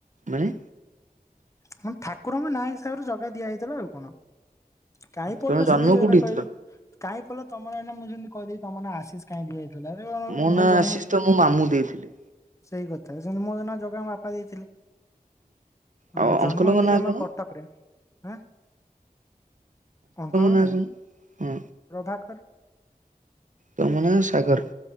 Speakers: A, on the right (about 55°); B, on the left (about 20°).
A: ମାନେ
B: ହ ଠାକୁରଙ୍କ ନାଁ ହିସାବରେ ଜଗା ଦିଆ ହେଇଥିଲା ଆଉ କଣ। କାଇଁ ପଡିଲା
A: ତମେ ଜନ୍ମ
B: ସେମତି ଏଇନା
A: କୋଉଠି ହେଇଥିଲ?
B: କହିବି କାଇଁ ପଡିଲା ତମର ଏଇନା ମୁଁ ଯେମିତି କହିଦେବି ତମ ନା ଆଶିଷ କାହିଁକି ଦିଆ ହେଇ <unintelligible>
A: ମୋ ନାଁ
B: ମୁଁ ଜନ୍ମ।
A: ଆଶିଷ ତ ମୋ ମାମୁଁ ଦେଇଥିଲେ
B: ସେଇ କଥା ସିମିତି ମୁଁ ଏଇନା ଜଗା ମୋ ବାପା ଦେଇଥିଲେ। ହଁ
A: ଆଉ
B: ଜନ୍ମ
A: ଅଙ୍କଲଙ୍କ
B: ହେଇଥିଲେ
A: ନାଁ
B: ଆମର
A: କଣ?
B: କଟକ ରେ ଆଁ। ଅଙ୍କଲଙ୍କ
A: ନାଁ
B: ନା?
A: କଣ? ହଁ
B: ପ୍ରଭାକର।
A: ତମ ନା ସାଗର।